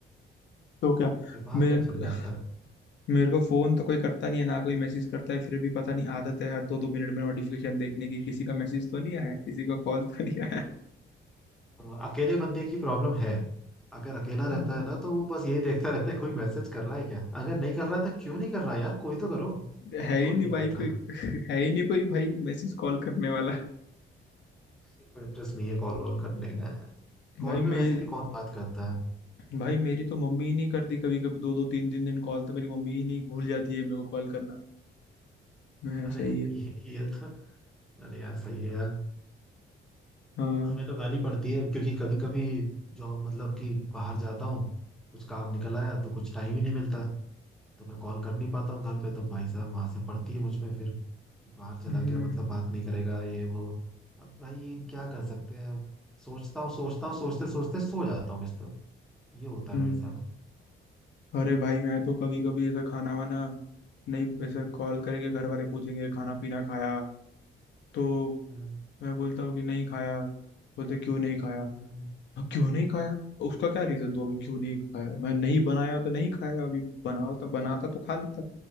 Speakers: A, on the left; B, in the centre.
A: तो क्या
B: दिमाग
A: मेरे
B: में चढ़
A: को-
B: जाता है
A: मेरे को फोन तो कोई करता नहीं है ना कोई मैसेज करता है फिर भी पता नहीं आदत है हर दो दो मिनट में नोटिफिकेशन देखने की किसी का मैसेज तो नहीं आया है, किसी का कॉल तो नहीं आया है
B: अ, अकेले बंदे की प्रॉब्लम है अगर अकेला रहता
A: हम्म।
B: है ना तो वो बस यही देखता रहता है कोई मैसेज कर रहा है क्या अगर नहीं कर रहा है तो क्यों नहीं कर रहा है यार कोई तो करो
A: है ही
B: कोई
A: नहीं
B: नहीं
A: भाई
B: करता
A: कोई <laughs> है ही नहीं कोई भाई मैसेज कॉल करने वाला
B: किसी को इंटरेस्ट नहीं है कॉल वॉल करने का यार कॉल
A: भाई मेरी
B: पे वैसे भी कौन बात करता है
A: भाई मेरी तो मम्मी ही नहीं करती कभी कभी दो दो तीन तीन दिन कॉल तो मेरी मम्मी ही नहीं भूल जाती है मेरे को कॉल करना मैं
B: अरे
A: सही है
B: ये ये तो अरे यार सही है यार
A: हाँ
B: हमें तो गाली पड़ती है क्योंकि कभी कभी जॉब मतलब कि बाहर जाता हूँ कुछ काम निकल आया तो कुछ टाइम ही नहीं मिलता तो मैं कॉल कर नहीं पाता हूँ घर पे तो भाई साहब वहां से पड़ती है मुझ में फिर कि बाहर चला
A: हम्म
B: गया मतलब बात नहीं करेगा ये वो अब भाई क्या कर सकते हैं अब सोचता हूँ सोचता हूँ सोचते सोचते सो जाता हूँ इस तरह ये होता है
A: हम्म।
B: मेरे साथ
A: अरे भाई मैं तो कभी कभी ऐसा खाना वाना नहीं वैसे कॉल करेंगे घर वाले पूछेंगे खाना पीना खाया तो
B: हम्म
A: मैं बोलता हूँ कि नहीं खाया बोलते क्यों नहीं खाया
B: हम्म।
A: "हाँ, क्यों नहीं खाया उसका क्या रीजन दो अभी क्यों नहीं खाया मैं नहीं बनाया तो नहीं खाया अभी बनाओ तो बनाता तो खा लेता